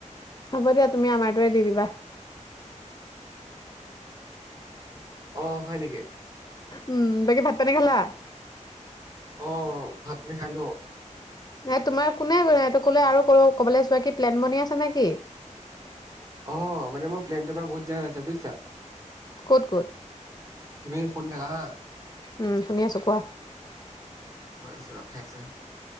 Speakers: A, on the left (about 30°); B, on the right (about 25°).
A: হ'ব দিয়া তুমি আমাৰটোৱে দি দিবা
B: অ হয় নেকি
A: উম তাকে ভাত পানী খালা
B: অ ভাত খালো
A: এ তোমাৰ কোনে এইটো কলে আৰু ক কবলৈ যোৱা কি প্লেন বন আছে নেকি
B: অ মানে মোৰ প্লেনটোৰ পৰা বহুত জাত আছে বুজিছা <unintelligible>
A: ক'ত ক'ত
B: তুমি শুনি থাকা হা
A: উম শুনি আছো কোৱা
B: হৈ আছো ৰখা এক ছেকেণ্ড